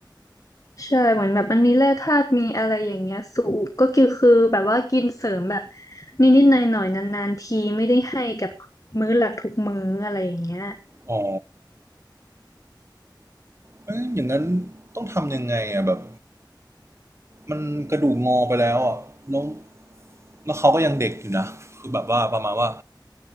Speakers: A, on the left; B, on the right.
A: ใช่เหมือนแบบมันมีแร่ธาตุมีอะไรอย่างเงี้ยสูบก็คือคือแบบว่ากินเสริมแบบนิดๆหน่อยๆนานๆทีไม่ได้ให้กับมื้อหลักทุกมื้ออะไรอย่างเงี้ย
B: อ๋อเอยอย่างนั้นต้องทำยังไงอ่ะแบบ มันกระดูกงอไปแล้วอ่ะแล้วแล้วเขาก็ยังเด็กอยู่นะคือแบบว่าประมาณว่า